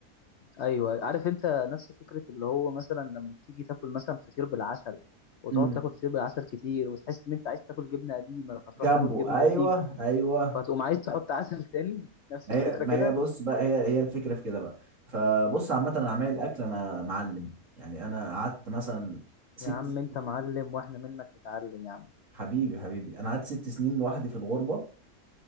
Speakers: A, on the left (about 60°); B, on the right (about 55°).
A: ايوه عارف انت نفس فكره اللي هو مثلا لما تيجي تاكل مثلا فطير بالعسل وتقعد
B: امم
A: تاكل فطير بالعسل كتير وتحس ان انت عايز تاكل جبنه قديمه فتروح
B: جنبه
A: تاكل جبنه
B: ايوه
A: قديمه
B: ايوه
A: فتقوم عايز تحط عسل تاني نفس
B: ما
A: الفكره
B: هي ما
A: كده
B: هي بص بقى هي هي الفكره في كده بقى فبص عامه انا عمال الاكل انا معلم يعني انا قعدت مثلا ست
A: يا عم
B: سنين
A: انت معلم واحنا منك نتعلم يا عم
B: حبيبي حبيبي انا قعدت ست سنين لوحدي في الغربه